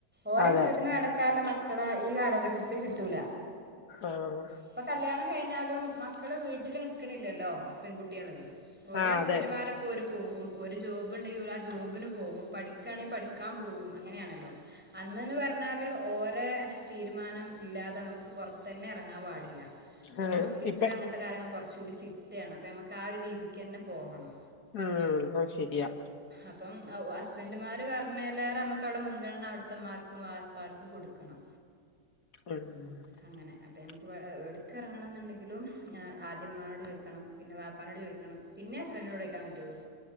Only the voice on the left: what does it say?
അതെ
ആഹ്
ആഹ്
അതെ
ഏഹ്
ഇപ്പ
ഉം ഓഹ് ശരിയാ
ഉം <inaudible>